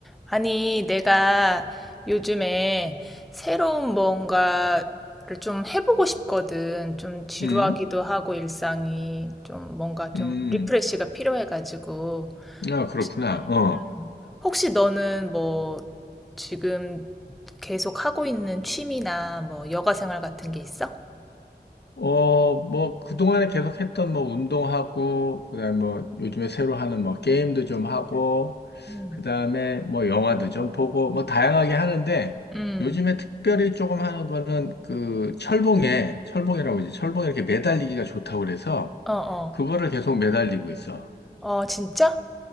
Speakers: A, in the centre; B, on the left (about 70°).
A: 아니, 내가 요즘에 새로운 뭔가를 좀 해보고 싶거든. 좀 지루하기도
B: 음,
A: 하고 일상이 좀 뭔가 좀
B: 음,
A: 리프레시가 필요해가지고.
B: 아, 그렇구나.
A: 혹시, 응.
B: 어,
A: 혹시 너는 뭐 지금 계속 하고 있는 취미나 뭐 여가 생활 같은 게 있어?
B: 어, 뭐, 그동안에 계속 했던 뭐, 운동하고, 그 다음에 뭐, 요즘에 새로 하는 뭐, 게임도 좀 하고,
A: 음.
B: 그 다음에 뭐, 영화도 좀 보고, 뭐, 다양하게 하는데,
A: 음.
B: 요즘에 특별히 조금 하는 거는 그, 철봉에, 철봉이라고 이제 철봉에 이렇게 매달리기가 좋다고 그래서,
A: 어, 어.
B: 그거를 계속 매달리고 있어.
A: 어, 진짜?